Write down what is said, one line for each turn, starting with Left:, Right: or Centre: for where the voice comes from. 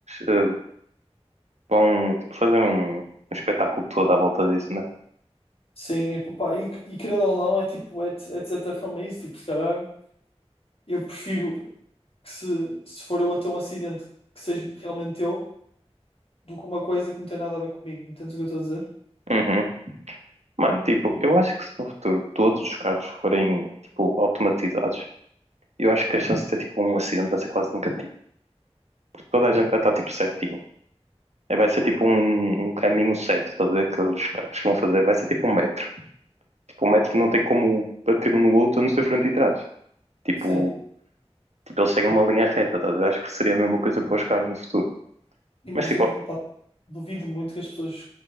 Right: eh, bom, tipo, fazer um, um espetáculo todo à volta disso, né?
Left: Sim, e, pá, e, e querendo ou não, é tipo, é, de- é de certa forma isso, tipo, se calhar eu prefiro que se, se for eu a ter um acidente que seja realmente eu, do que uma coisa que não tem nada a ver comigo, entendes o que eu estou a dizer?
Right: Uhum. Mano, tipo, eu acho que se no futuro todos os carros forem, tipo, automatizados, eu acho que a chance de ter, tipo, um acidente vai ser quase negativa. Toda a gente vai estar, tipo, certinho. É, Vai ser, tipo, um, um caminho certo, estás a ver? Que os carros vão fazer. Vai ser, tipo, um metro. O metro não tem como bater um no outro, a não ser frente e trás. Tipo,
Left: Sim,
Right: tipo eles seguem uma linha reta, tá? a acho que seria a mesma coisa para os carros no futuro.
Left: E mas
Right: Mas tipo,
Left: du- pá, duvido muito que as pessoas